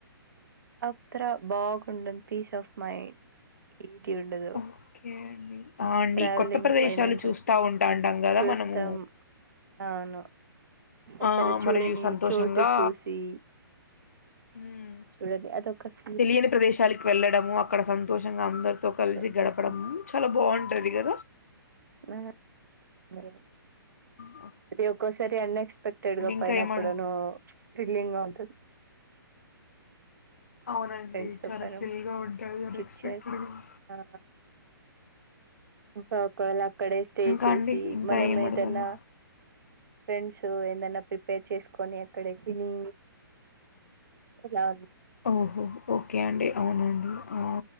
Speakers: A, on the right; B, on the left.
A: అత్ర బాగుండ పీస్ ఆఫ్ మైండ్ ఉండదు
B: ఓకే అండి
A: ఆ
B: అండి
A: ట్రావెలింగ్
B: కొత్త ప్రదేశాలు
A: పైన ఇంట్రెస్ట్
B: చూస్తా ఉంటా అంటాం కదా
A: చూస్తాం
B: మనము
A: అవును ఎవరు
B: ఆ
A: చూడని
B: మరియు సంతోషంగా
A: చోటు చూసి
B: హ్మ్
A: చూడని అదొక ఫీల్
B: తెలియని ప్రదేశాలకి వెళ్ళడము అక్కడ సంతోషంగా అందరితో కలిసి
A: సంతోషం
B: గడపడం చాలా బాగుంటది కా
A: మె మె
B: ఉ
A: అది ఒక్కోసారి అన్ఎక్స్పెక్టెడ్ గా
B: ఇంకా
A: పోనా
B: ఏమా
A: కూడా థ్రిల్లింగ్ గా ఉంటది
B: అవునండి
A: ఫ్రెండ్స్ తో
B: చాలా
A: పైన
B: థ్రిల్గా ఉంటుది అన్
A: చిట్
B: ఎక్స్పెక్టెడ్
A: చాట్
B: గా
A: ఆ ఇంకా ఒకవేళ అక్కడే స్టే
B: ఇంకా
A: చేసి
B: అండి ఇంకా
A: మనం
B: ఏం
A: ఏదన్నా
B: అడగాల
A: ఫ్రెండ్స్ ఏందైన్నా ప్రిపేర్ చేసుకొని అక్కడే తిని ఆలా
B: ఓహో ఓకే అండి అవునండి ఆ